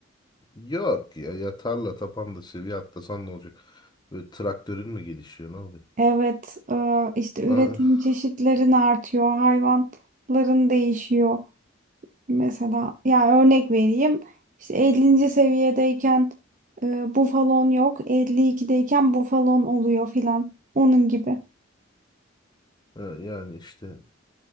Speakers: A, on the left (about 20°); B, on the right (about 40°).
A: Yok ya ya tarla tapanda seviye atlasan ne olacak? Böyle traktörün mü gelişiyor ne oluyor? <laughs>
B: Evet, e, işte üretim
A: Ah,
B: çeşitlerin artıyor, hayvanların değişiyor. Mesela ya örnek vereyim. İşte 50. seviyedeyken e, bufalon yok, 52'deyken bufalon oluyor filan. Onun gibi.
A: e, yani işte